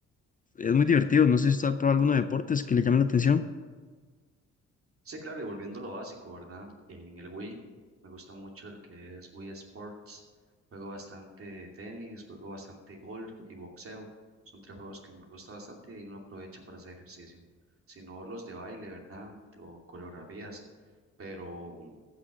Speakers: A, on the left; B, on the right.
A: es muy divertido. No sé si usted ha probado alguno de deportes que le llame la atención.
B: Sí, claro, y volviendo a lo básico, ¿verdad? En el Wii me gusta mucho el que es Wii Sports. Juego bastante tenis, juego bastante golf y boxeo. Son tres juegos que me gusta bastante y uno aprovecha para hacer ejercicio. Si no, los de baile, ¿verdad? O coreografías, pero mm,